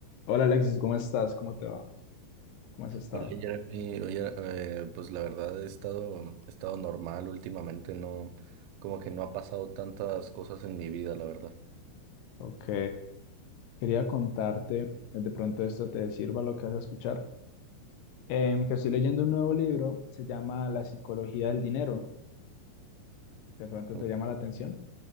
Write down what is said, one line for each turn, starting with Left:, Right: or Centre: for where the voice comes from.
Left: Hola Alexis, ¿cómo estás? ¿Cómo te va? ¿Cómo has estado?
Right: Hola Jeremy, oye, eh, pues la verdad he estado, he estado normal últimamente, no, como que no ha pasado tantas cosas en mi vida, la verdad.
Left: Ok, quería contarte, de pronto esto te sirva lo que vas a escuchar, em, que estoy leyendo un nuevo libro, se llama La psicología del dinero, de pronto
Right: O-
Left: te llama la atención.